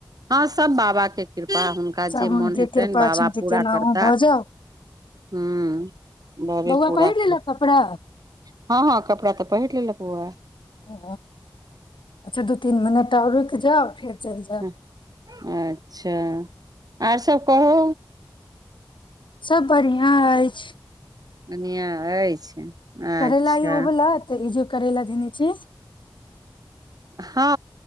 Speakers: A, on the right; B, on the left.
A: हँ सब बाबा के कृपा हुनका
B: सब
A: जे मोन
B: हुनके
A: हेतनि
B: कृपा
A: बाबा
B: छनि कि
A: पूरा
B: केनाहु
A: करता
B: भऽ जाउ
A: हँ बबे
B: बौआ
A: पूरा
B: पहिर
A: करता
B: लेलक कपड़ा
A: हँ हँ कपड़ा तऽ पहिर लेलक बौआ
B: ओ अच्छा दू तीन मिनट और रूइक‌ जाउ फेर चलि जाउ
A: हं अच्छा आर सभ कहू
B: सब बढ़िआँ अछि
A: बढ़ियाँ अछि अच्छा
B: करैला ई उबलत इजे करैला धेने छी
A: हँ